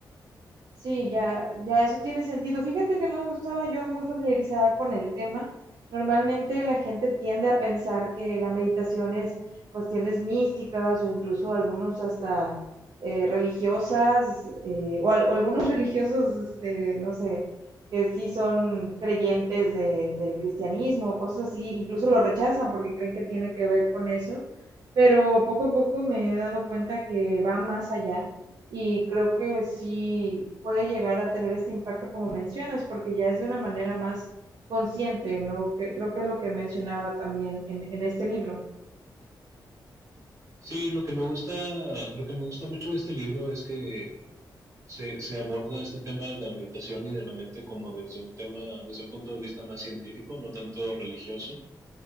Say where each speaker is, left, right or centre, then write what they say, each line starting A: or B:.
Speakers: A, on the right; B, on the right.
A: Sí, ya, ya eso tiene sentido. Fíjate que no estaba yo muy familiarizada con el tema. Normalmente la gente tiende a pensar que la meditación es cuestiones místicas o incluso algunos hasta eh, religiosas eh, o, al- o algunos <laughs> religiosos, este, no sé, que sí son creyentes de- del cristianismo, o cosas así, incluso lo rechazan porque creen que tiene que ver con eso. Pero poco a poco me he dado cuenta que va más allá y creo que sí puede llegar a tener este impacto como mencionas, porque ya es de una manera más consciente, ¿no? Que, creo que es lo que mencionaba también en, en este libro.
B: Sí, lo que me gusta, lo que me gusta mucho de este libro es que se, se, aborda este tema de la meditación y de la mente como desde un tema, desde un punto de vista más científico, no tanto religioso,